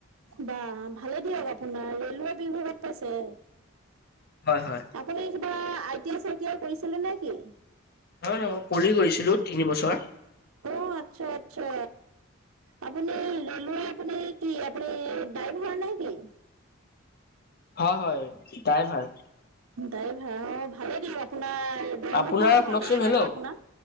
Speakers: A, on the right; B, on the left.
A: বাহ, ভালে দিয়ক আপোনাৰ ৰেলৱে বিভাগত পাইছে।
B: হয় হয়।
A: আপুনি কিবা আই টি আই চাই টি আই কৰিছিলে নে কি?
B: নহয় নহয়, মই পঢ়ি কৰিছিলো তিনি বছৰ।
A: অ' আচ্ছা- আচ্ছা আপুনি ৰেলৱে আপুনি। কি আপুনি ডাইভাৰ নে কি?
B: হয় হয়, ডাইভাৰ।
A: ডাইভাৰ অ' ভালেই। ভালে দিয়ক, আপোনাৰ দৰমহাও
B: আপোনাৰ শুনকচোন
A: ভালেই
B: হেল্ল'
A: বাৰু আপোনাৰ